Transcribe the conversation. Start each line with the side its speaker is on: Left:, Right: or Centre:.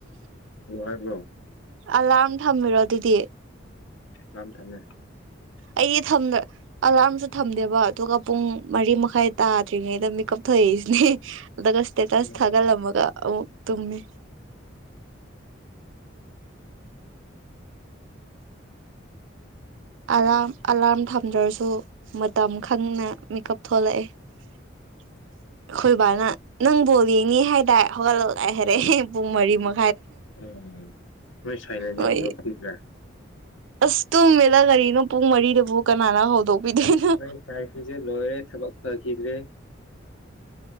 Left: ꯍꯥꯏꯔꯕꯣ
Right: ꯑꯂꯥꯔꯝ ꯊꯝꯕꯤꯔꯣ ꯑꯗꯨꯗꯤ
Left: ꯌꯥꯝꯝ ꯊꯝꯃꯦ
Right: ꯑꯩꯗꯤ ꯊꯝꯗ ꯑꯂꯥꯔꯝꯁꯨ ꯊꯝꯗꯦꯕ ꯑꯗꯨꯒ ꯄꯨꯡ ꯃꯔꯤ ꯃꯈꯥꯏ ꯇꯥꯗ꯭ꯔꯤꯉꯩꯗ ꯃꯤꯀꯞ ꯊꯣꯛꯛꯏꯁꯤꯅꯦ ꯑꯁꯇꯦ ꯇꯁ
Left: ꯎꯝ
Right: ꯊꯥꯒꯠꯂꯝꯃꯒ ꯑꯃꯨꯛ ꯇꯨꯝꯃꯤ ꯑ ꯑꯂꯥꯔꯝ ꯊꯝꯗ꯭ꯔꯁꯨ ꯃꯇꯝ ꯈꯪꯅ ꯃꯤꯀꯞ ꯊꯣꯛꯂꯛꯑꯦ ꯑꯩꯈꯣꯏꯕꯥꯅ ꯅꯪꯕꯣꯜ ꯌꯦꯡꯉ ꯍꯥꯏꯇꯥ ꯍꯧꯒꯠꯂꯛ ꯂ ꯍꯥꯏꯔꯛꯑꯦ ꯄꯨꯡ ꯃꯔꯤꯃ
Left: ꯎꯝ ꯅꯣꯏ ꯁꯥꯏꯅꯗꯤ
Right: ꯍꯣꯏ
Left: ꯍꯧꯔꯛꯈꯤꯗ꯭ꯔꯥ
Right: ꯑꯁ ꯎꯃꯦ ꯆꯂ ꯀꯔꯤꯅꯣ ꯄꯨꯡ ꯃꯔꯤꯗꯕꯨ ꯀꯅꯥꯅ ꯍꯧꯗꯣꯛꯄꯤꯗꯣꯏꯅꯣ
Left: ꯅꯣꯏ ꯁꯥꯏꯁꯤꯁꯨ ꯂꯣꯏꯔꯦ ꯊꯕꯛ ꯐꯈꯤꯗ꯭ꯔꯦ